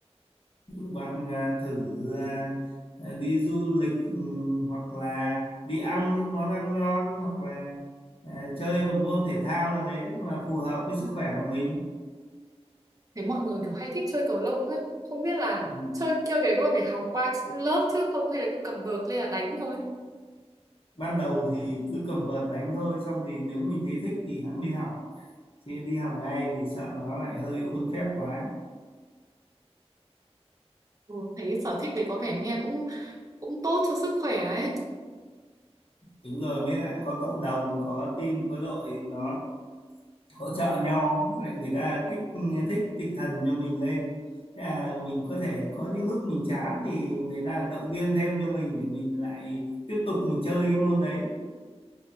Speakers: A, on the left; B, on the right.
A: ví dụ bạn à, thử à, à, đi du lịch ừ, hoặc là đi ăn những món ăn ngon hoặc là à, chơi một môn thể thao nào đấy mà phù hợp với sức khỏe của mình
B: Thấy mọi người kiểu hay thích chơi cầu lông ấy, không biết là
A: Ừ.
B: chơi chơi cái có phải học qua lớp trước không hay là cứ cầm vợt lên là đánh thôi.
A: Ban đầu thì cứ cầm vợt đánh thôi xong thì nếu mình thấy thích thì hẵng đi học chứ đi học ngay thì sợ nó lại hơi khuôn phép quá
B: Ừ, thấy sở thích đấy có vẻ nghe cũng cũng tốt cho sức khỏe ấy.
A: đúng rồi mới lại có cộng đồng có team có đội thì nó hỗ trợ nhau lại người ta kích thích tinh thần cho mình lên Thế là mình có thể có những lúc mình chán thì người ta động viên thêm cho mình để mình lại tiếp tục mình chơi cái môn đấy